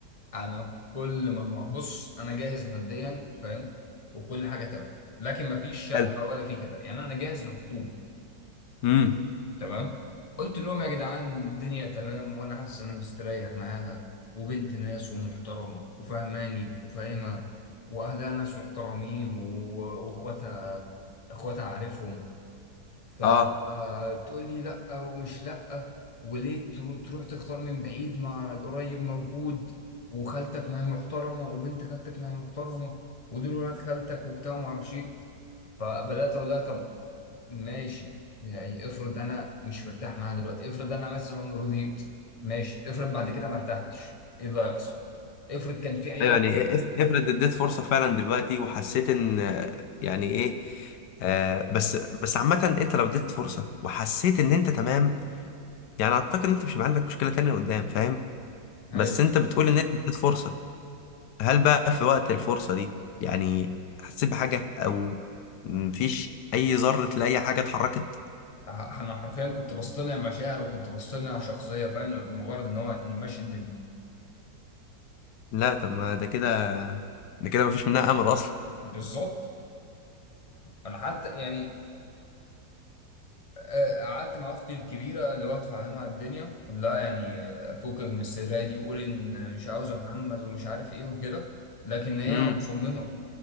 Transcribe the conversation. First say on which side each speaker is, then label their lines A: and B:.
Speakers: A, on the left; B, on the left.
A: انا كل ما بص انا جاهز ماديا فاهم وكل حاجه تمام لكن ما فيش شقه
B: هل؟
A: ولا في كده يعني انا جاهز للخطوبه
B: مم.
A: تمام قلت لهم يا جدعان الدنيا تمام وانا حاسس ان انا مستريح معاها وبنت ناس ومحترمه وفهماني وفاهمها واهلها ناس محترمين و- واخواتها اخواتها عارفهم فتقول
B: أه
A: لي لا ومش لا وليه ترو- تروح تختار من بعيد مع القريب موجود وخالتك ما هي محترمه وبنت خالتك ما هي محترمه ودول ولاد خالتك وبتاع وما اعرفش ايه فبدات اقول لها طب ماشي يعني افرض انا مش مرتاح معاها دلوقتي افرض انا مثلا رضيت ماشي افرض بعد كده ما ارتحتش ايه اللي هيحصل افرض كان في عيال
B: ايوه يعني
A: طيب
B: إيه، اف- افرض اديت فرصه فعلا دلوقتي وحسيت ان آه، يعني ايه آه بس بس عامه انت لو اديت فرصه وحسيت ان انت تمام يعني اعتقد ان انت مش هيبقى عندك مشكله تانية قدام فاهم بس
A: ايوه
B: انت بتقول ان انت اديت فرصه هل بقى في وقت الفرصه دي يعني حسيت بحاجه او مفيش اي ذره لاي حاجه اتحركت
A: ه- انا حرفيا كنت بصطنع مشاعر وكنت بصطنع شخصيه فاهم مجرد ان هو إن ماشي الدنيا
B: لا طب ما ده كده ده كده مفيش منها امل اصلا
A: بالظبط انا حتى يعني آه، قعدت مع اختي الكبيره اللي هو تفهمها الدنيا لا يعني آه، فكك من السريه دي قول ان مش عاوزه محمد ومش عارف ايه وكده لكن هي
B: امم
A: مصممه